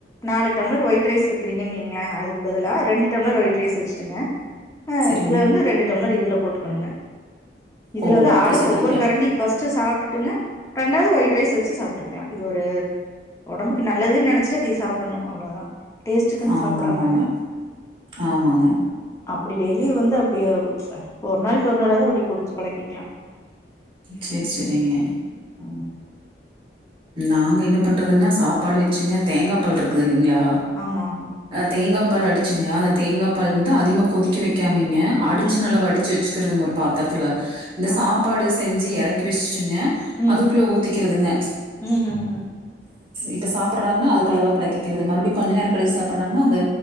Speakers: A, on the left; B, on the right.
A: நாலு டம்ளர் ஒயிட் ரைஸ் வைக்கிறீங்கன்னு வைங்களே அதுக்கு பதிலா ரெண்டு டம்ளர் ஒயிட் ரைஸ் வச்சுடுங்க அ
B: சரிங்க.
A: இதுல வந்து ரெண்டு டம்ளர் இ துல போட்டுக்கணுங்க இதுல
B: ஓ!
A: வந்து
B: அப்படி
A: ஆளுக்கு
B: சொல்றீங்க.
A: ஒவ்வொரு கரண்டி ஃபஸ்ட் சாப்ட்டுட்டுங்க ரெண்டாவது ஒயிட் ரைஸ் வச்சு சாப்ட்டுக்கலா இது ஒரு ஒடம்புக்கு நல்லதுன்னு நெனச்சிட்டு தி சாப்டணு அவ்வளோதா டேஸ்ட்டுக்குன்னு
B: ஆமாமாங்க.
A: சாப்டாம
B: ஆமாங்க.
A: அப்டி டெய்லி வந்து அப்டிய ஒரு நாள் வுட்டு ஒரு நாளவது அப்டி குடுத்து பழக்கிக்கலா
B: சேரி சேரிங்க
A: ம்ம்
B: நாங்க என்ன பண்ணறதுனா சாப்பாடு வெச்சுங்க தேங்கா பால் இருக்குது இல்லீங்களா
A: ஆமா
B: தேங்காய் பால் அடிச்சிங்க அந்த தேங்காய் பால் வந்து அதிகமா கொதிக்க வைக்காமீங்க அடிச்சி
A: ம்
B: நல்லா வடிச்சி வச்சுக்கிறதுங்க ஒரு பாத்திரத்தில இந்த
A: ஆ
B: சாப்பாடு செஞ்சு எறக்கி வச்சுட்டுங்க
A: ம்
B: அதுக்குள்ள ஊத்திகிறதுங்க
A: ம் ம்ம்
B: இப்ப சாப்பிடடுறாங்கன்னா அது அளவா கலக்கிகிறது மறுபடி கொஞ்ச நேர கழிச்சி சாப்படுறாங்கன்னா அந்த